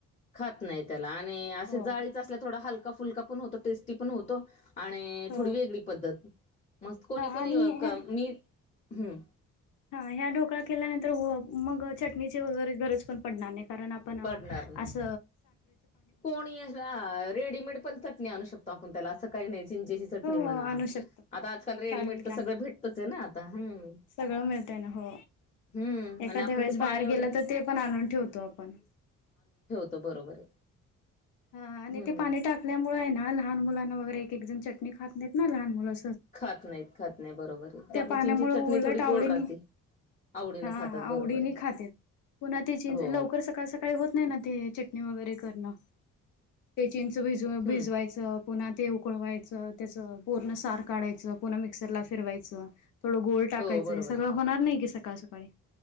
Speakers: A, on the left; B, on the left.
A: खात नाही त्याला आणि असे
B: हो
A: जाळीच
B: हो
A: असल्या थोडा हलका फुलका पण होतो टेस्टी पण होतो. आणि थोडी
B: हो
A: वेगळी पद्धत मस्त कोणी
B: हा
A: कोणी
B: आणि
A: का मी हम्,
B: हा ह्या ढोकळा केल्यानंतर मग चटणीची वगैरे गरज पण पडणार नाही. कारण आपण
A: पडणार नाही
B: अस,
A: कोणी हला रेडीमेड पण चटणी आणू शकतो. त आपण त्याला असं काही नाही चिंचेची चटणी
B: हो हो
A: म्हणा
B: आणू शकतो
A: आता आजकाल रेडीमेड
B: चालेल
A: तर
B: की
A: सगळं
B: आण
A: भेटतच आहे ना, हम्म
B: सगळं मिळतय ना हो,
A: हम्म
B: एखाद्या
A: आणि आपण
B: वेळेस
A: ते
B: बाहेर
A: पाणी वगैरे
B: गेलं तर ते पण आणून ठेवतो आपण
A: तो बरोबर आहे.
B: हा आणि
A: हम्म
B: ते पाणी टाकल्यामुळे आहे ना लहान मुलांना वगैरे एक एक जण चटणी खात नाहीत ना लहान मुला
A: खात नाहीत खात नाही बरोबर आहे त्या आपण
B: पाण्यामुळे
A: चचींची चटणी
B: उलट
A: थोडी
B: आवडीने
A: गोड राहते. आवडीनें
B: हा
A: खातात बरोबर
B: आवडीने
A: आहे. <inaudible>
B: खातेत. पुन्हा त चीन
A: हो
B: लवकर सकाळ सकाळी होत नाही ना ते चटणी वगैरे करणं ते चेंच भज
A: हम्म
B: भिजवायचं पुन. ते उकळवायचं त्याचं पूर्ण सार काढायचं पूर्ण मिक्सरला फिरवायचं, थोडं गोल टाकायचं
A: हो बरोबर
B: हे सगळं
A: आहे
B: होणार नाही की सकाळ सकाळी